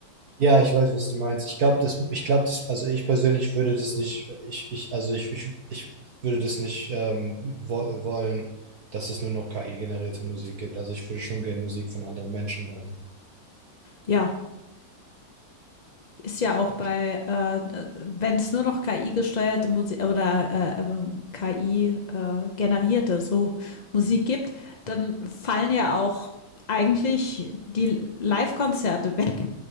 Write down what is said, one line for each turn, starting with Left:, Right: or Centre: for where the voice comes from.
Right: Ja, ich weiß, was du meinst. Ich glaube, das, ich glaube, das, also ich persönlich würde das nicht, ich, ich, also ich, ich, ich würde das nicht ähm, wo wollen, dass es nur noch KI-generierte Musik gibt. Also ich würde schon gerne Musik von anderen Menschen hören.
Left: Ja, ist ja auch bei, äh, wenn es nur noch KI-gesteuerte Musik oder äh, ähm, KI-generierte so Musik gibt, dann fallen ja auch eigentlich die Live-Konzerte weg.